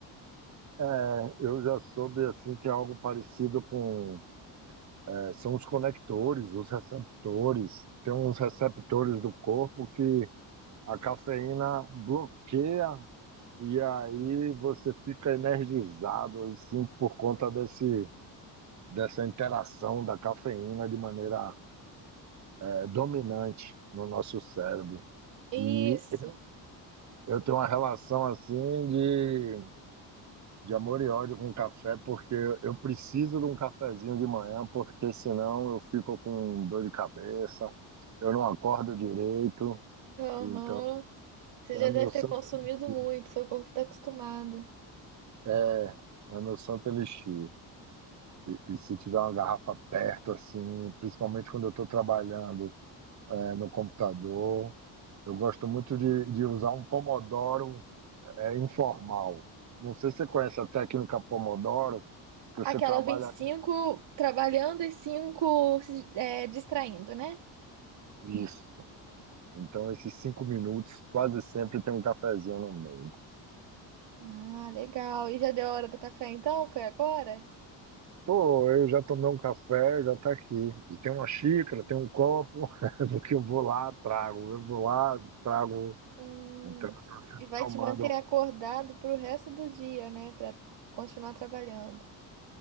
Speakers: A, on the right; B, on the right.
A: é, eu já soube assim que é algo parecido com. é, são os conectores, os receptores. Tem uns receptores do corpo que a cafeína bloqueia e aí você fica energizado assim por conta desse, dessa interação da cafeína de maneira é, dominante no nosso cérebro.
B: Isso.
A: E eu, eu tenho uma relação assim de, de amor e ódio com o café, porque eu preciso de um cafezinho de manhã, porque senão eu fico com dor de cabeça, eu não acordo direito.
B: Aham.
A: Então,
B: Você
A: é
B: já
A: meu
B: deve ter
A: santo
B: consumido
A: elixir.
B: muito, seu corpo tá acostumado.
A: É, é meu santo elixir. E, e se tiver uma garrafa perto, assim, principalmente quando eu estou trabalhando, é, no computador, eu gosto muito de, de usar um pomodoro é informal. Não sei se você conhece a técnica Pomodoro, que
B: Aquela
A: você trabalha
B: vinte e cinco trabalhando e 5 se- é, distraindo, né?
A: nisso. Então, esses cinco minutos quase sempre tem um cafezinho no meio.
B: Ah, legal. E já deu a hora do café então? Foi agora?
A: Pô, eu já tomei um café, já tá aqui. E tem uma xícara, tem um copo, <laughs> do que eu vou lá, trago. Eu vou lá, trago.
B: Hum.
A: Então, eu tô sempre
B: E vai
A: tomando.
B: te manter acordado pro resto do dia, né? Pra continuar trabalhando.